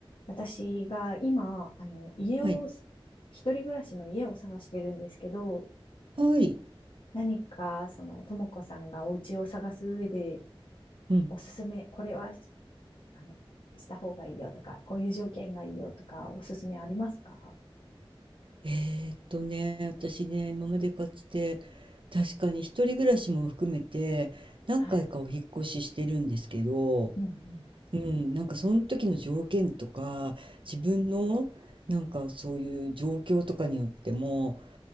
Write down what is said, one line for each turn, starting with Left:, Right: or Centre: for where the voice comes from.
Left: 私が今、あの、家を、
Right: はい。
Left: 一人暮らしの家を探してるんですけど、
Right: はい。
Left: 何か、その、ともこさんがお家を探す上で、
Right: うん。
Left: おすすめ、これは、あの、した方がいいよとか、こういう条件がいいよとか、おすすめありますか
Right: えーっとね、私ね、今までかつて、確かに一人暮らしも含めて、何回かお引っ越ししてるんですけど、
Left: はい。うんうん。
Right: うん、なんかその時の条件とか、自分の、なんかそういう状況とかによっても、